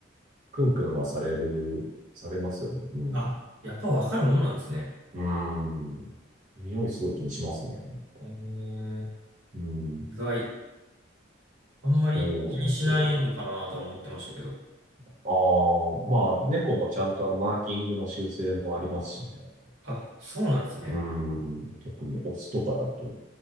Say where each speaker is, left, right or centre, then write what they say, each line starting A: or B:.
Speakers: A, on the right (about 40°); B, on the right (about 75°).
A: クンクンはされる、されますよね。うん。
B: あ、やっぱわかるもんなんですね。
A: うん。匂いすごい気にしますね。なんか
B: えー、
A: うん。
B: 意外。あんまり気にしないのかなとは思ってましたけど。
A: そうなんですよ。ああ、まあ、猫もちゃんとあの、マーキングの修正もありますしね。やっぱ
B: あ、そうなんですね。
A: うん。特にオスとかだと